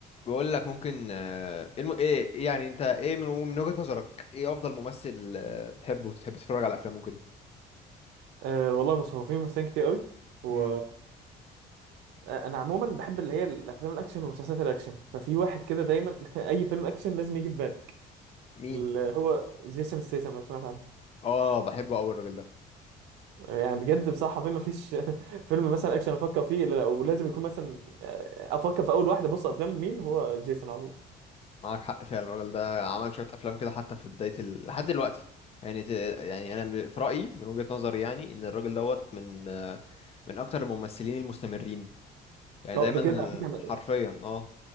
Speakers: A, on the left; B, on the right.
A: بقول لك ممكن آه، الم... ايه الم- إيه يعني انت ايه من من وجهة نظرك ايه افضل ممثل آه، بتحبه وتحب تتفرج على افلامه كده
B: أه والله بص هو في ممثلين كتير قوي و
A: امم
B: آه، انا عموما بحب اللي هي الافلام الاكشن ومسلسلات الاكشن ففي واحد كده دايما <laughs> اي فيلم اكشن لازم يجي في بالك
A: مين
B: اللي هو جيسون ستيسم لو سمعت عنه
A: اه بحبه قوي الراجل ده
B: آه، يعني بجد بصراحه في ما فيش <laughs> فيلم مثلا اكشن افكر فيه الا لا، ولازم يكون مثلا آه، افكر في اول واحده بص افلام مين هو جيسون على طول
A: معاك حق فعلا الراجل ده عمل شوية افلام كده حتى في بداية ال... لحد دلوقتي يعني ت... يعني انا ب- في رأيي من وجهة نظري يعني ان الراجل دوت من آه، من اكتر الممثلين المستمرين يعني
B: لا
A: دايما
B: بجد على فكره
A: حرفيا اه